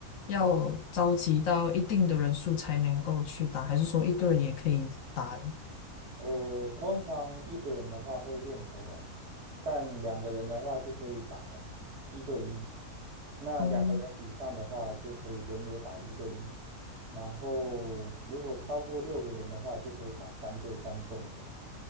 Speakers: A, on the left (about 65°); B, on the right (about 50°).
A: 要召集到一定的人数才能够去打，还是说一个人也可以打的？
B: 呃，通常一个人的话会练投篮，但两个人的话就可以打一对一。那两个人以上的话就可以轮流打一对一，
A: 哦，
B: 然后如果超过六个人的话，就可以打三对三斗牛。